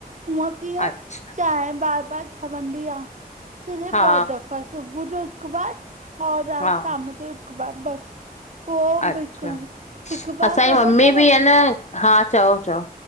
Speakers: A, on the right; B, on the left.
A: हुंअं कींअं
B: अच्छा
A: चायं बारु- बारु ठवन्दी आ। सिर्फ
B: हा
A: ॿ दफ़ा, सुबुअ जो हिकु बारु और
B: हा
A: शाम ॼो हिकु ॿार बसि पो
B: अच्छा
A: बिल्कुलु ॿि हिकु बार
B: असांजी
A: ख़बर
B: मम्मी
A: तव
B: बि आहे न हा चओ चओ